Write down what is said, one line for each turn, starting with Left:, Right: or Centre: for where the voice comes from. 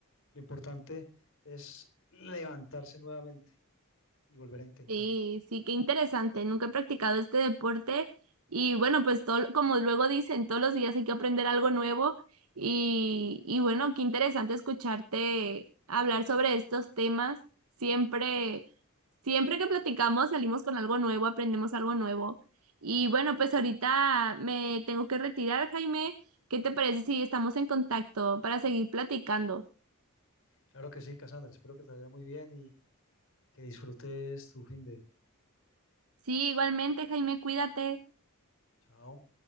Left: Lo importante es levantarse nuevamente y volver a intentar.
Right: Sí, sí, qué interesante. Nunca he practicado este deporte y bueno, pues todo, como luego dicen, todos los días hay que aprender algo nuevo y, y bueno, qué interesante escucharte hablar sobre estos temas. Siempre, siempre que platicamos salimos con algo nuevo, aprendemos algo nuevo. Y bueno, pues ahorita me tengo que retirar, Jaime. ¿Qué te parece si estamos en contacto para seguir platicando?
Left: Claro que sí, Cassandra. Espero que te vaya muy bien y que disfrutes tu fin de...
Right: Sí, igualmente, Jaime, cuídate.
Left: Chao.